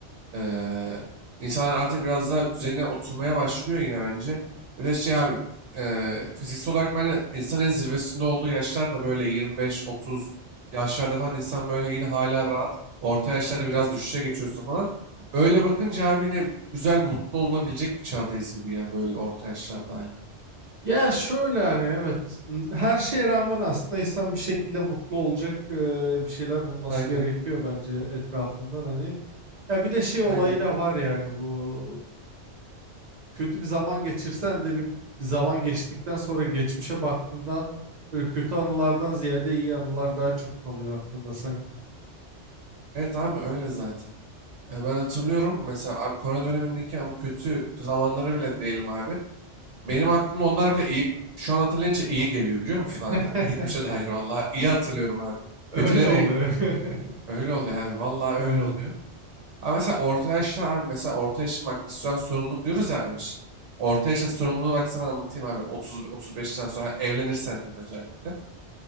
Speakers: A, on the right; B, on the right.
A: Eee insanlar artık biraz daha düzenine oturmaya başlıyor yine bence. Bir de şey abi eee fiziksel olarak bence insanın en zirvesinde olduğu yaşlar da böyle 25-30 yaşlarda falan insan böyle yine hala rahat. Orta yaşlarda biraz düşüşe geçiyorsun falan. Öyle bakınca abi yine güzel mutlu olunabilecek bir çağdayız gibi ya böyle orta yaşlarda hala.
B: Ya şöyle hani evet her şeye rağmen aslında insan bir şekilde mutlu olacak e, bir şeyler bulması
A: Aynen
B: gerekiyor bence etrafından hani. Ya bir de şey olayı
A: aynen.
B: da var yani bu kötü bir zaman geçirsen de bir, bir zaman geçtikten sonra geçmişe baktığında böyle kötü anılardan ziyade iyi anılar daha çok kalıyor aklında sanki.
A: Evet abi öyle zaten. E, Ben hatırlıyorum mesela abi korona dönemindeki an- kötü zamanları bile değilim abi. Benim hakkımda onlar bile iyi, şu an hatırlayınca iyi geliyor biliyor musun abi?
B: <laughs>
A: hiçbir şey dair vallahi iyi hatırlıyorum abi.
B: Öyle
A: Kötüleri
B: oluyor. <laughs>
A: öyle oluyor abi. vallahi
B: Ee,
A: öyle oluyor. Ha mesela orta yaşta abi mesela orta yaşın bak biz şu an sorumluluk diyoruz ya Emiş. Orta yaşın sorumluluğunu bak sana anlatayım abi. 30 35'ten sonra evlenirsen diyeyim özellikle.